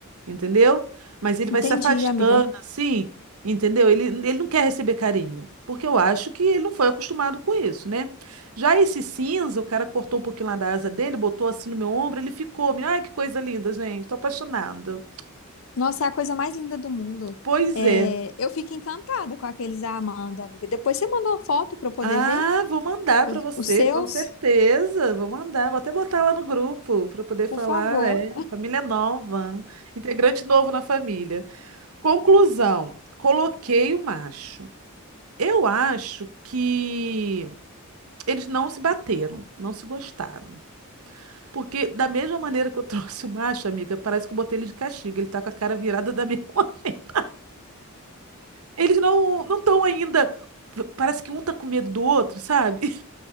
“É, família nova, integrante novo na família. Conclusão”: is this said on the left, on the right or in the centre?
Right